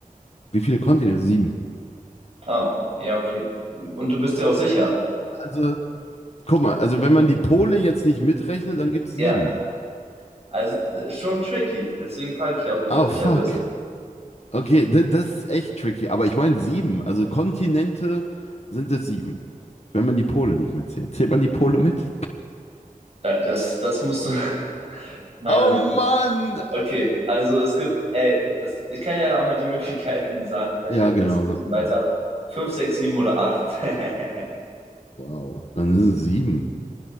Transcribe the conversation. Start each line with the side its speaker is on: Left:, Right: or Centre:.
Left: Wie viele Kontinente? Sieben.
Right: Ah, ja, okay. Und du bist dir auch sicher?
Left: Also, guck mal, also wenn man die Pole jetzt nicht mitrechnet, dann gibt's sieben.
Right: Ja, also äh, schon tricky. Deswegen frage ich ja, ob du
Left: Oh,
Right: dir sicher
Left: fuck.
Right: bist.
Left: Okay, das, das ist echt tricky. Aber ich meine sieben. Also Kontinente sind es sieben. Wenn man die Pole nicht mitzählt. Zählt man die Pole mit?
Right: Da- Das, das musst du. <laughs> Meine.
Left: Oh Mann!
Right: Okay, also es gibt, ey, das, ich kann ja einmal die <laughs> Möglichkeiten sagen. Vielleicht
Left: Ja,
Right: hilft
Left: genau.
Right: dir das ja ein
Left: so-
Right: bisschen weiter.
Left: Ja.
Right: Fünf, sechs, sieben oder acht. <laughs>
Left: Wow. Dann sind es sieben.